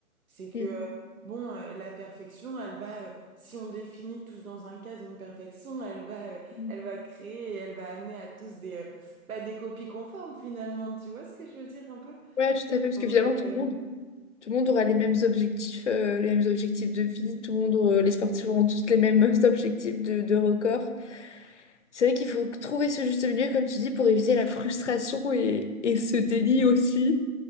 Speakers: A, on the right; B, on the left.
A: C'est que,
B: Mm.
A: euh, bon, euh, la perfection, elle va, euh, si on définit tous dans un cadre une perfection, elle va, euh,
B: Mm.
A: elle va créer, et elle va amener à tous des, euh, bah, des copies conformes, finalement. Tu vois ce que je veux dire un peu?
B: Ouais, tout à fait. Parce
A: Donc,
B: que finalement, tout
A: euh,
B: le monde, tout le monde aura les mêmes objectifs, euh, les mêmes objectifs de vie. Tout le monde, aura- les sportifs auront tous les mêmes <laughs> objectifs de, de record. C'est vrai qu'il faut trouver ce juste milieu, comme tu dis, pour éviter la frustration et, et ce déni aussi.